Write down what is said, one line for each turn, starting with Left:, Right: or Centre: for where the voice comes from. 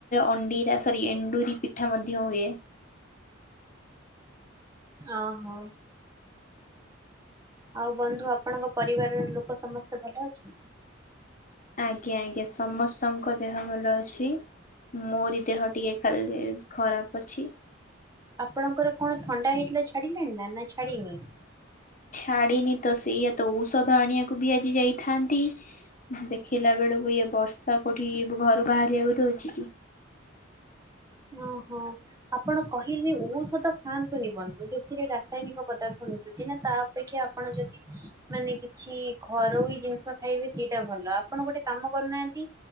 Left: ଅଣ୍ଡିରା ସରି ଏଣ୍ଡୁରି ପିଠା ମଧ୍ୟ ହୁଏ
Right: ହଁ ହଁ। ଆଉ ବନ୍ଧୁ ଆପଣଙ୍କ ପରିବାରର ଲୋକ ସମସ୍ତେ ଭଲ ଅଛନ୍ତି?
Left: ଆଜ୍ଞା ଆଜ୍ଞା ସମସ୍ତଙ୍କ ଦେହ ଭଲ ଅଛି। ମୋରି ଦେହ ଟିକେ ଖାଲି ଖରାପ ଅଛି।
Right: ଆପଣଙ୍କର କଣ ଥଣ୍ଡା ହେଇଥିଲା ଛାଡିଲାଣି ନା, ନା ଛାଡିିନି?
Left: ଛାଡ଼ିନି ତ, ସେଇୟା ତ, ଔଷଧ ଆଣିବାକୁ ବି ଆଜି ଯାଇଥାନ୍ତି। ଦେଖିଲା ବେଳକୁ ଇଏ ବର୍ଷା କୋଉଠି ଘରୁ ବାହାରିବାକୁ ଦଉଛି କି?
Right: ଓହୋ। ଆପଣ କହିଲେ ଔଷଧ ଖାଆନ୍ତୁନି ବନ୍ଧୁ, ସେଥିରେ ରାସାୟନିକ ପଦାର୍ଥ ମିଶୁଛି ନା ତା ଅପେକ୍ଷା ଆପଣ ଯଦି ମାନେ କିଛି ଘରୋଇ ଜିନିଷ ଖାଇବେ ସେଇଟା ଭଲ, ଆପଣ ଗୋଟେ କାମ କରୁନାହାନ୍ତି